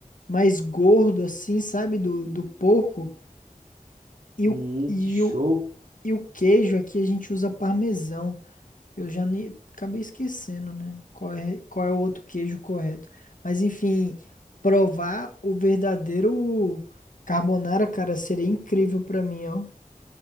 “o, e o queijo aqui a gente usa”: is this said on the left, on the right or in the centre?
Left